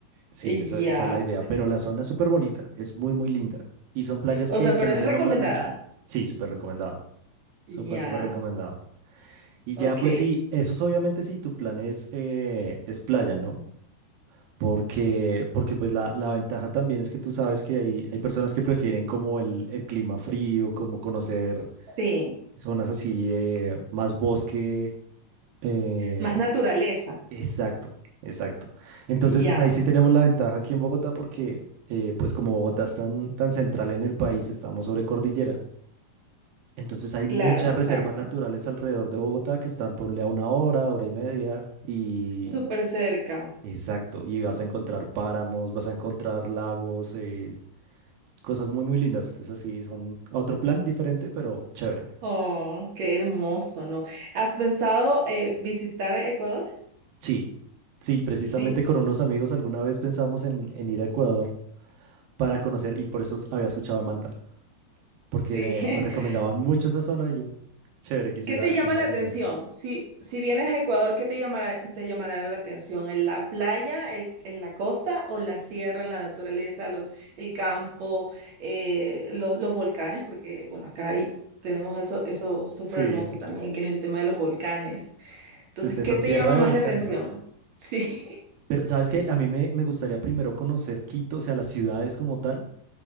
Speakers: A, on the right; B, on the right.
A: Sí,
B: Ya.
A: esa, esa es la idea. Pero la zona es súper bonita, es muy, muy linda. Y son playas
B: O
A: que,
B: sea,
A: que
B: pero
A: no
B: es
A: se
B: recomendada.
A: nombran mucho. Sí, súper recomendado. Súper,
B: Ya,
A: súper recomendado. Y
B: ok.
A: ya, pues sí, eso es obviamente si tu plan es, eh, es playa, ¿no? Porque, porque pues la, la ventaja también es que tú sabes que hay, hay personas que prefieren como el, el clima frío, como conocer
B: Sí,
A: zonas así, eh, más bosque. eh,
B: más naturaleza.
A: exacto, exacto. Entonces
B: Ya,
A: ahí sí tenemos la ventaja aquí en Bogotá porque eh, pues como Bogotá es tan, tan central en el país, estamos sobre cordillera. Entonces hay
B: claro,
A: muchas
B: exacto.
A: reservas naturales alrededor de Bogotá que están, ponle a una hora, hora y media, y
B: Súper cerca.
A: Exacto, y vas a encontrar páramos, vas a encontrar lagos, eh, cosas muy, muy lindas. Esas sí son otro plan diferente, pero chévere.
B: Oh, qué hermoso, ¿no? ¿Has pensado eh, visitar Ecuador?
A: Sí, sí, precisamente
B: Sí,
A: con unos amigos alguna vez pensamos en, en ir a Ecuador para conocer, y por eso s- había escuchado de Manta, porque
B: sí.
A: me,
B: <laughs>
A: me recomendaban mucho esa zona y yo, chévere, quisiera,
B: ¿Qué te llama
A: quisiera
B: la
A: conocer.
B: atención? Si, si vienes a Ecuador, ¿qué te llamará, te llamará la atención? ¿En la playa, el- en la costa o la sierra, la naturaleza, lo- el campo, eh, los, los volcanes? Porque, bueno, acá hay- tenemos eso, eso súper
A: Sí,
B: hermoso Sí. también, que es el tema de los volcanes.
A: s-
B: Entonces,
A: si ustedes
B: ¿qué
A: son
B: te
A: tierra
B: llama
A: de
B: más
A: volcanes.
B: la atención? Sí, <laughs>
A: Pero, ¿sabes qué? A mí me, me gustaría primero conocer Quito, o sea, las ciudades como tal